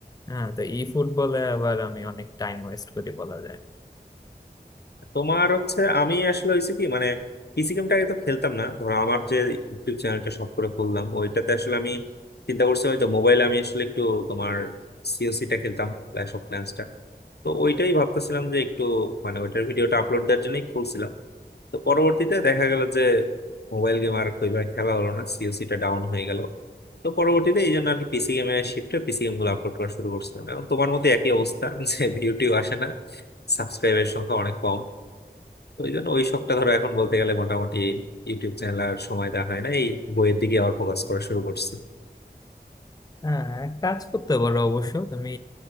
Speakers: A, on the left; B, on the left.
A: হ্যাঁ তো ই ফুটবলে আবার আমি অনেক টাইম ওয়েস্ট করি বলা যায়
B: তোমার হচ্ছে আমি আসলে হয়েছে কি মানে পিসি গেমটা আগে তো খেলতাম না ধরো আমার যে ইউটিউব চ্যানেলটা শখ করে খুললাম ওইটাতে আসলে আমি চিন্তা করছি হয়তো মোবাইলে আমি আসলে একটু তোমার সিওসিটা খেলতাম ক্ল্যাশ অফ ক্ল্যান্সটা তো ওইটাই ভাবতেছিলাম যে একটু মানে ওইটার ভিডিওটা আপলোড দেওয়ার জন্যই খুলছিলাম তো পরবর্তীতে দেখা গেল যে মোবাইল গেম আর ওইভাবে খেলা হলো না সিওসিটা ডাউন হয়ে গেল তো পরবর্তীতে এই জন্য আর কি পিসি গেমে শিফটে পিসি গেম গুলো আপলোড করা শুরু করছিলাম এবং তোমার মতো একই অবস্থা যে ভিউটিউ আসে না সাবস্ক্রাইবের সংখ্যা অনেক কম তো ওই জন্য ওই শখটা ধরো এখন বলতে গেলে মোটামুটি ইউটিউব চ্যানেল আর সময় দেখা হয় না এই বইয়ের দিকে আবার ফোকাস করা শুরু করছি
A: হ্যাঁ এক কাজ করতে পারো অবশ্য তুমি